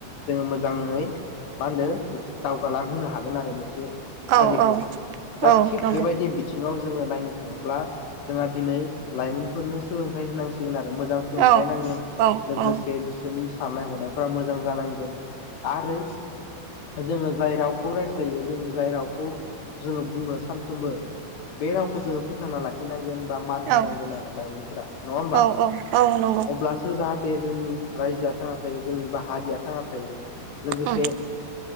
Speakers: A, on the left (about 80°); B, on the right (about 85°).
A: जोङो मोजाङै मा होनो दावगालांहोनो हागोन आरो मोनसे
B: औ
A: हारिखौहाय
B: औ
A: दा
B: औ
A: थिग
B: नंगौ
A: बेबायदि बिथिङाव जोङो नायनो थाङोब्ला जोंहा दिनै लाइमोनफोरनो सोलोंथाइ होनांसिगोन आरो मोज सोलोंथाइ
B: औ
A: नांगोन
B: औ
A: लोगोसे
B: औ
A: बिसोरनि साननाय हनायफ्रा मोजां जानांगोन आरो जोङो जाय रावखौ रायज्लायो जोंनि जाय रावखौ जोङो बुङो सानफ्रोमबो बे रावखौ जोङो फोथांना लाखिनांगोन बा मान होनांगोन
B: औ
A: आरो लाइमोनफोरा नङा होमबा
B: औ औ औ नंगौ
A: अब्लासो जाहाथ थे जोंनि रायजोआ थांना थायो जोंनि बा हारिया थांना थायो लोगोसे
B: उम